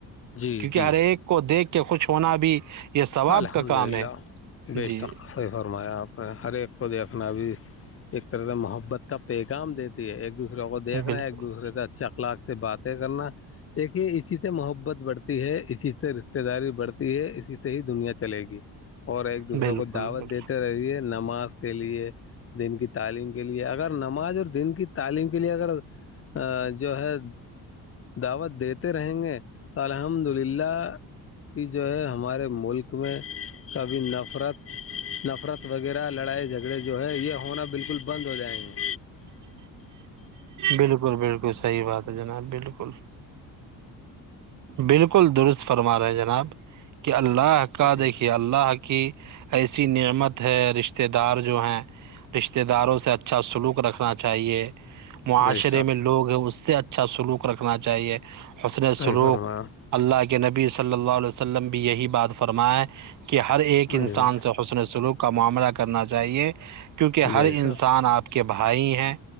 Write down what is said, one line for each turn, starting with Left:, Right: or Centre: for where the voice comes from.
Left: جی
Right: کیونکہ
Left: جی
Right: ہر ایک کو دیکھ کے خوش ہونا بھی یہ ثواب
Left: الحمدللہ
Right: کا کام ہے
Left: بے
Right: جی
Left: شک صحیح فرمایا آپ نے ہر ایک کو دیکھنا بھی ایک طرح سے محبت کا پیغام دیتے ایک دوسرے کو دیکھ
Right: بالکل
Left: رہے ہیں ایک دوسرے سے اچھے اخلاق سے باتیں کرنا دیکھیے اسی سے محبت بڑھتی ہے اسی سے رشتے داری بڑھتی ہے اسی سے ہی دنیا چلے گی اور ایک دوسرے
Right: بالکل
Left: کو دعوت
Right: بالکل
Left: دیتے رہیے نماز کے لیے دین کی تعلیم کے لیے اگر نماز اور دین کی تعلیم کے لیے اگر ا جو ہے دعوت دیتے رہیں گے تو الحمد للہ کی جو ہے ہمارے ملک میں کبھی نفرت نفرت وغیرہ لڑائی جھگڑے جو ہے یہ ہونا بالکل بند ہو جائیں گے
Right: بالکل بالکل صحیح بات ہے جناب بالکل بالکل درست فرما رہے ہیں جناب کہ اللہ کا
Left: جی
Right: دیکھیے اب اللہ کی ایسی نعمت ہے رشتے دار جو ہیں رشتہ داروں سے اچھا سلوک رکھنا چاہیے معاشرے
Left: بے شک
Right: میں لوگ ہیں اس سے اچھا سلوک رکھنا چاہیے حسلے
Left: صحیح
Right: سلوک
Left: فرمایا
Right: اللہ کے نبی صلی اللہ علیہ وسلم بھی یہی بات فرمائے کہ ہر ایک انسان
Left: جی
Right: سے اس نے سلوک کا معاملہ کرنا چاہیے کیونکہ
Left: جی
Right: ہر انسان
Left: صاحب
Right: آپ کے بھائی ہیں